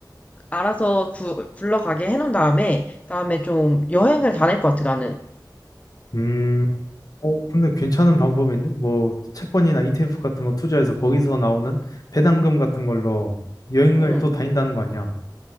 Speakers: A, on the left (about 20°); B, on the left (about 55°).
A: 알아서 구- 굴러가게 해놓은 다음에, 다음에 좀 여행을 다닐 것 같아, 나는.
B: 음. 어, 근데 괜찮은 방법인데? 뭐 채권이나 ETF 같은 거 투자해서 거기서 나오는 배당금 같은 걸로 여행을
A: 음,
B: 또 다닌다는 거 아니야?